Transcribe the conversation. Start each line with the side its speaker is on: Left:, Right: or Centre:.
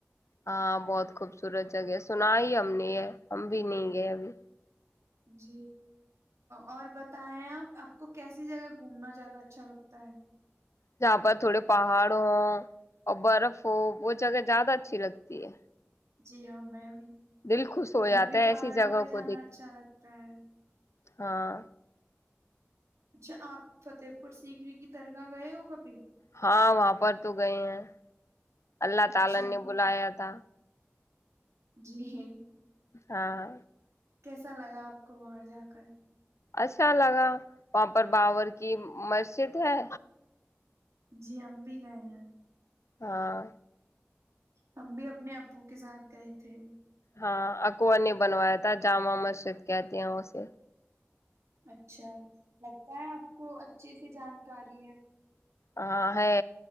Left: ہاں بہت خوبصورت جگہ ہے سنا ہی ہم نے یہ ہم بھی نہیں گئے ابھی
Right: جی اور بتائیں آپ آپ کو کیسی جگہ گھومنا زیادہ اچھا لگتا ہے
Left: جہاں پر تھوڑے پہاڑ ہوں اور برف ہو وہ جگہ زیادہ اچھی لگتی ہے
Right: جی ہاں میں
Left: دل خوش ہو
Right: ہمیں
Left: جاتا
Right: بھی
Left: ہے
Right: پہاڑوں
Left: ایسی جگہ
Right: پہ جانا
Left: کو دیکھ
Right: اچھا لگتا ہے
Left: ہاں
Right: اچھا آپ فتح پور سیکری کی درگاہ گئے ہو کبھی
Left: ہاں وہاں پر تو گئے ہیں اللہ
Right: اچھا
Left: تعالی نے بلایا تھا
Right: جی ہ
Left: ہاں
Right: کیسا لگا آپ کو وہاں جا کر
Left: اچھا لگا وہاں پر باورور کی مسجد ہے
Right: جی ہم بھی گئے ہیں
Left: ہاں
Right: ہم بھی اپنے ابو کے ساتھ گئے تھے
Left: ہاں اکوو نے بنوایا تھا جامع مسجد کہتی ہیں اسے
Right: اچھا لگتا ہے آپ کو اچھے سے جانکاری ہے
Left: ہاں ہے